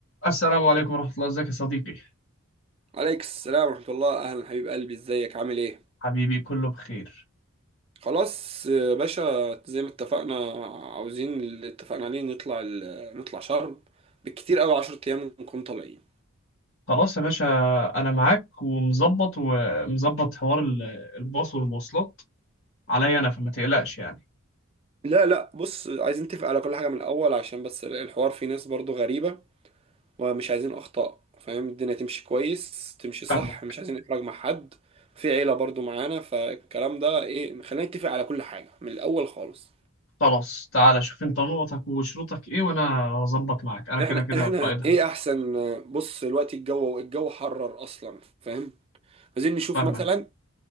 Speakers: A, on the left; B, on the right.
A: السلام عليكم ورحمة الله ازيك يا صديقي
B: عليك السلام ورحمة الله أهلا حبيب قلبي إزيك عامل إيه؟
A: حبيبي كله بخير
B: خلاص يا باشا زي ما اتفقنا عاوزين اللي اتفقنا عليه نطلع ال- نطلع شرم بالكتير أوي 10 أيام ونكون طالعين
A: خلاص يا باشا انا معاك ومظبط ومظبط حوار ال- الباص والمواصلات عليا انا فما تقلقش يعني
B: لا لا بص عايزين نتفق على كل حاجة من الأول عشان بس الحوار فيه ناس برضو غريبة ومش عايزين أخطاء فاهم الدنيا تمشي كويس تمشي صح
A: فاهمك
B: مش عايزين إحراج مع حد في عيلة برضو معانا فالكلام ده إيه خلينا نتفق على كل حاجة من الأول خالص
A: خلاص تعالى شوف انت نقطك وشروطك ايه وانا هظبط معاك انا كده
B: احنا
A: كده
B: احنا
A: قائدها
B: ايه احسن بص دلوقتي الجو الجو حرر اصلا فاهم عايزين نشوف
A: فاهمك
B: مثلا